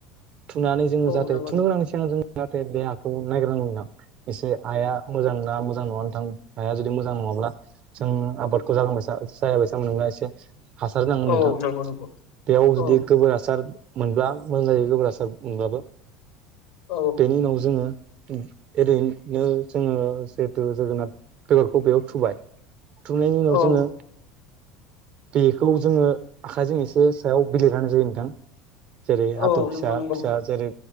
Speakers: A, on the right; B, on the left.
A: थुनानै जोङो
B: औ
A: जाहाथे थुनो
B: औ
A: गोनांनि सिगां जों जाहाथे बे हाखौ नायग्रोनांगोन नोंथां। एसे हाया मोजां ना मोजां नङा नोंथां हाया जुदि मोजां नङाब्ला जों आबादखौ जागोनखौ साना। जायाबायसा मोनोब्ला एसे हासार होनांगोन
B: औ
A: नोंथां।
B: नंगौ नंगौ
A: बेयाव
B: औ
A: जुदि गोबोर हासार मोनब्ला मोजां जायो गोबोर हासार मोनब्लाबो।
B: नंगौ नंगौ औ
A: बेनि उनाव जोङो ओरैनो जोङो जिहेतु जोगोनाथ बेगरखौ बेयाव थुबाय थुंनायनि उनाव
B: औ
A: जोङो बेखौ जोङो आखाइजों एसे सायाव बिलिरना होनाय जायो नोंथां। जेरै हाथर
B: औ नंगौ
A: फिसा-
B: नंगौ
A: फिसा जेरै